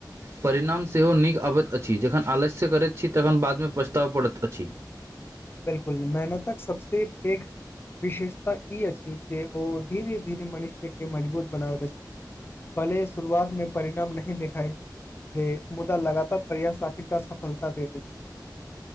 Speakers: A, on the right; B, on the left.
A: परिणाम सेहो नीक आबैत अछि जखन आलस्य करैत छै तखन बाद मे पछताब पड़ैत अछि
B: बिल्कूल मैहनतक सभ सँ पेघ विशेषता ई अछि जे ओ धीरे धीरे मनुष्य क मजबूत बनाबैत अछि भले शुरुआत मे परिणाम नहि देखा जे मुदा लगतार प्रयास आखिरकार सफलता दे